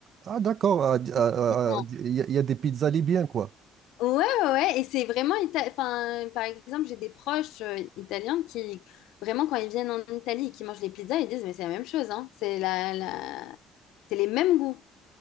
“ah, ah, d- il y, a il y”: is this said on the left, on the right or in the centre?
Right